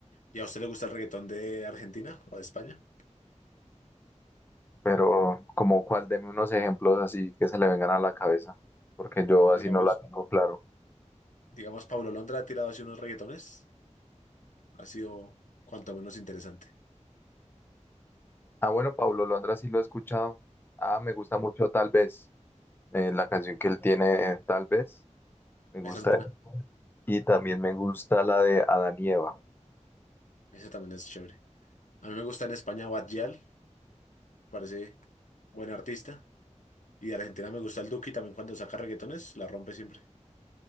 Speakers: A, on the left; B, on the left.
A: ¿Y a usted le gusta el reggaetón de Argentina o de España?
B: Pero como cuál, deme unos ejemplos así que se le vengan a la cabeza, porque yo así
A: Digamos,
B: no la tengo claro.
A: digamos, Pablo Londra ha tirado así unos reggaetones. Ha sido cuanto menos interesante.
B: Ah, bueno, Pablo Londra sí lo he escuchado. Ah, me gusta mucho Tal vez, eh, la canción que él tiene, Tal vez, me gusta.
A: Esa es buena.
B: Y también me gusta la de Adán y Eva.
A: Esa también es chévere. A mí me gusta en España Bad Gyal, parece buen artista. Y de Argentina me gusta el Duki también cuando saca reggaetones, la rompe siempre.